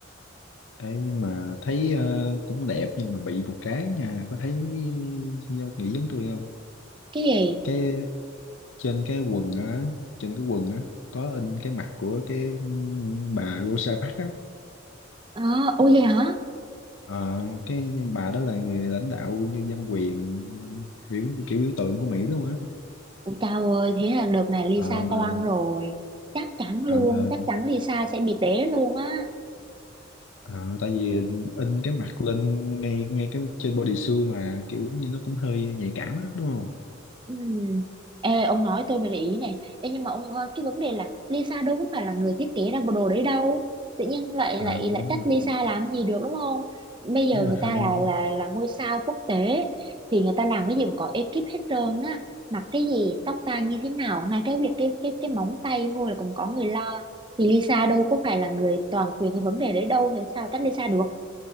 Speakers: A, on the left; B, on the right.
A: Ê, nhưng mà thấy ờ, cũng đẹp nhưng mà bị một cái nha có thấy do- nghĩ giống tôi không
B: Cái gì?
A: cái trên cái quần á trên cái quần á có in cái mặt của cái ừ, bà Rosa Parks á
B: Ờ, ôi vậy hả?
A: Ờ, cái bà đó là người lãnh đạo như dân quyền biểu kiểu biểu tượng của Mỹ luôn á
B: Ủa chao ơi, thế là đợt này Lisa
A: Ờ, mà
B: toang rồi. Chắc chắn luôn,
A: ờ, mà
B: chắc chắn Lisa sẽ bị té luôn á.
A: ờ, tại vì in cái mặt lên ngay ngay cái trên body suit mà kiểu như nó cũng hơi nhạy cảm á đúng không
B: Ừm. Ê, ông nói tôi mới để ý này. Ê, nhưng mà ông ơi, cái vấn đề là Lisa đâu có phải là người thiết kế ra bộ đồ đấy đâu. Tự nhiên lại
A: Ờ,
B: lại lại
A: đúng
B: trách
A: rồi
B: Lisa làm gì được đúng không? Bây giờ
A: đúng
B: người
A: rồi
B: ta
A: hình như
B: là là là ngôi sao quốc tế thì người ta làm cái gì cũng có ekip hết trơn á. Mặc cái gì, tóc tai như thế nào, ngay cái việc cái cái cái móng tay thôi là cũng có người lo. Thì Lisa đâu có phải là người toàn quyền cái vấn đề đấy đâu, thì sao trách Lisa được?